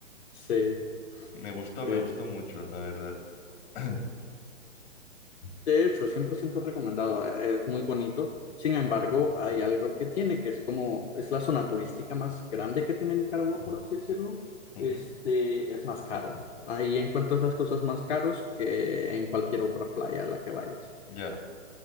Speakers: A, on the left (about 60°); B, on the left (about 35°).
A: Sí,
B: Me gustó,
A: eh,
B: me gustó mucho, la verdad. <clears throat>
A: De hecho, 100% recomendado, e- es muy bonito. Sin embargo, hay algo que tiene, que es como, es la zona turística más grande que tiene Nicaragua, por así decirlo.
B: Ujú,
A: Este, es más caro. Ahí encuentras las cosas más caros que en cualquier otra playa a la que vayas.
B: Ya,